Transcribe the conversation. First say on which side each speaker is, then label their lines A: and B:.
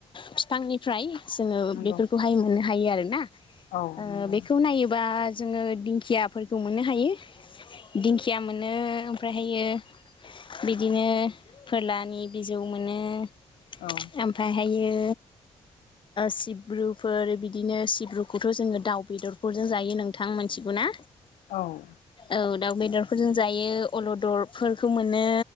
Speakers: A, on the left; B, on the left.
A: फिफांनिफ्राय जोङो
B: नंगौ
A: बेफोरखौहाय मोननो हायो आरो ना
B: औ
A: ओ
B: नंगौ
A: बेखौ नायोबा जोङो दिंखिया फोरखौ मोननो हायो दिंखिया मोनो ओमफ्राय हायो बिदिनो फोरलानि बिजौ मोनो ओमफ्रायहायो
B: औ
A: सिब्रुफोर बिदि बिदिनो सिब्रुखौथ' जोङो दाउ बेदरफोरजों जायो नोंथां मोनथिगौना?
B: औ
A: औ दाउ बेदरफोरजों जायो । अलदर फोरखौ मोनो